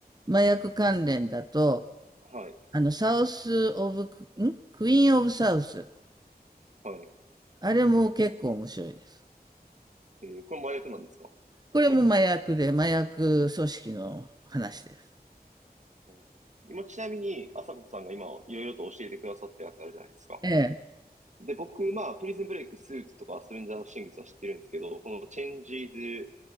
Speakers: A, on the right; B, on the right.
A: 麻薬関連だと、
B: はい、
A: あの、サウス・オブ、んクイーン・オブ・サウス。
B: はい。
A: あれも結構面白いです。
B: えーこれ麻薬なんですか、
A: これも麻薬で、麻薬組織の話です。
B: うん、今、ちなみに、朝子さんが今、いろいろと教えてくださったやつあるじゃないですか。
A: ええ、
B: で、僕、まあ、プリズンブレイク、スーツとか、ストレンジャーシングスは知ってるんですけど、このチェンジーズ、